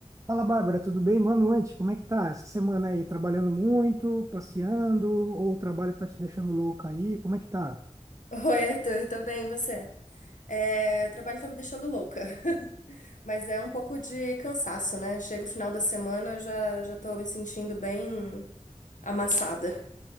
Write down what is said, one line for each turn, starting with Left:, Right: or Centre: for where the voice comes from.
Right: Fala, Bárbara, tudo bem? Boa noite. Como é que tá essa semana aí? Trabalhando muito, passeando, ou o trabalho tá te deixando louca aí? Como é que tá?
Left: Oi, Arthur, tô bem, e você? É, o trabalho tá me deixando louca, <laughs> mas é um pouco de cansaço, né? Chega o final da semana, eu já, já tô me sentindo bem amassada.